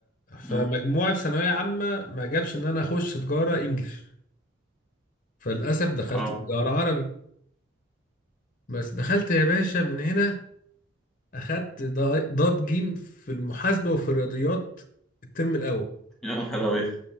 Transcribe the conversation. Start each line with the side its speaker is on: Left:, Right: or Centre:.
Left: فمجموعي
Centre: مم.
Left: في ثانوية عامة ما جابش ان انا اخش تجارة انجليش فللاسف دخلت
Centre: اه
Left: تجارة عربي بس دخلت يا باشا من هنا اخدت ضا- ضاد جيم في المحاسبة وفي الرياضيات الترم الاول
Centre: يا نهار ابيض